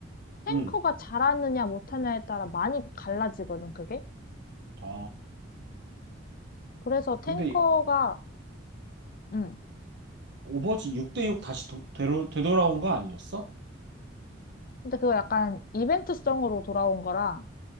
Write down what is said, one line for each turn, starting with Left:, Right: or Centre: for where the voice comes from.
Left: 탱커가
Right: 음.
Left: 잘하느냐 못하냐에 따라 많이 갈라지거든, 그게.
Right: 아.
Left: 그래서 탱커가
Right: 근데
Left: 음.
Right: 오버워치 6대6 다시 도, 되로, 되돌아온 거 아니었어?
Left: 근데 그거 약간 이벤트성으로 돌아온 거라